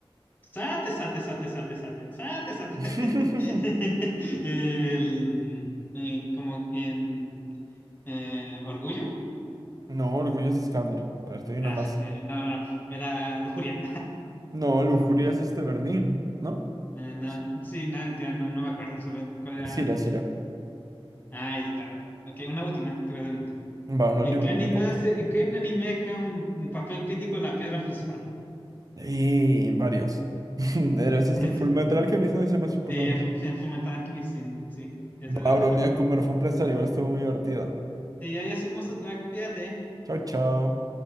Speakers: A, on the left; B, on the right.
A: Sate, sate, sate, sate, sate, sate, sate.
B: <laughs>
A: <laughs> El, eh, como en eh, orgullo.
B: No, orgulloso escáner. A ver, te doy una
A: Ah,
B: más.
A: eh, no, no, no, era lujuria.
B: No, lujuria es este Berlín, ¿no?
A: Eh, no,
B: Sí.
A: sí, nada, tía, no, no me acuerdo se ve cuál era.
B: Es ira, es ira.
A: Ay, claro. Ok, una última, te voy a dar una.
B: Va, un
A: ¿En
B: último
A: qué
B: que
A: anime,
B: me voy a comer.
A: se- en qué anime juega un, un papel crítico la piedra filosofal?
B: Y varios. <laughs> Era ese este
A: <laughs>
B: Full Metal que mismo es el más importante.
A: Sí, sí, en Fu- en Fullmetal Alchemist, sí, sí, esa
B: Va,
A: es la
B: bro,
A: piedra.
B: me voy
A: filosofal
B: a comer. Fue un placer, igual estuvo muy divertido.
A: Sí, ahí hacemos otra, fíjate.
B: Chao, chao.